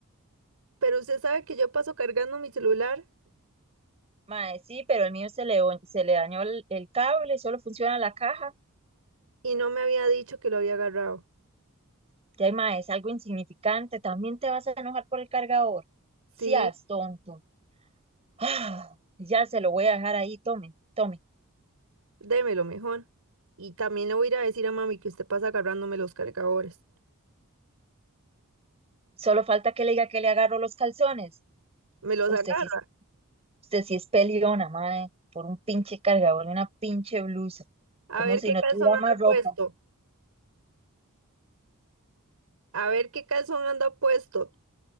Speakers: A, on the right (about 80°); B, on the right (about 25°).
A: Pero usted sabe que yo paso cargando mi celular
B: Mae, sí, pero el mío se le, o- se le dañó el, el cable, solo funciona la caja.
A: y no me había dicho que lo había agarrado.
B: Ya, mae, es algo insignificante. También te vas a enojar por el cargador. Seas
A: Sí,
B: tonto. Ah, ya se lo voy a dejar ahí, tome, tome.
A: démelo mejor. Y también le voy a ir a decir a mami que usted pasa agarrándome los cargadores.
B: Solo falta que le diga que le agarro los calzones.
A: Me los
B: Usted
A: agarra.
B: sí Usted sí es peleona, madre, por un pinche cargador y una pinche blusa.
A: A
B: Como
A: ver
B: si
A: qué
B: no
A: calzón
B: tuviera
A: anda
B: más ropa.
A: puesto. A ver qué calzón anda puesto.